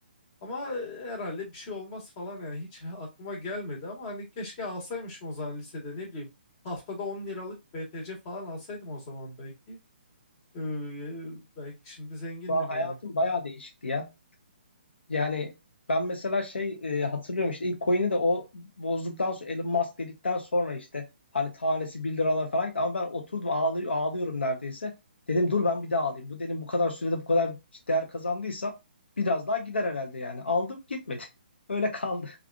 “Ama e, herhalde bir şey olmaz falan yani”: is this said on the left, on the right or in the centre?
Left